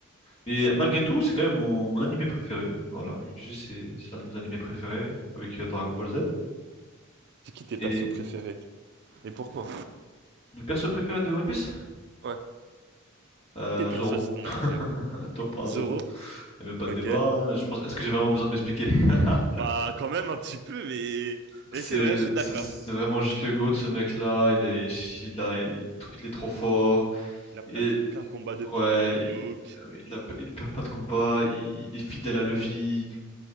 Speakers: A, on the left (about 30°); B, on the right (about 55°).
A: Mais
B: c'est
A: malgré
B: long.
A: tout, c'est quand même mon, mon animé préféré. Voilà, je le dis, c'est c'est l'un de mes animés préférés avec euh, Dragon Ball Z.
B: C'est qui tes
A: Et
B: persos préférés? Et pourquoi?
A: le perso préféré de One Piece?
B: Ouais,
A: Euh,
B: tes persos
A: Zoro.
B: si t'en
A: <laughs>
B: as plusieurs.
A: Top un
B: Zoro?
A: Zoro. Il n'y a même pas de
B: Ok.
A: débat. hein. Je pense... Est-ce que j'ai vraiment besoin de m'expliquer? <laughs>
B: Bah, quand même un petit peu, mais,
A: C'est
B: mais c'est vrai, je suis d'accord.
A: c'est- c'est vraiment juste le GOAT, ce mec-là. Il est, il a- il il est trop fort.
B: Il a perdu
A: Et
B: aucun combat depuis
A: ouais,
B: euh,
A: il,
B: Mihawk.
A: euh, il a- il perd pas de combat. Il, il est fidèle à Luffy.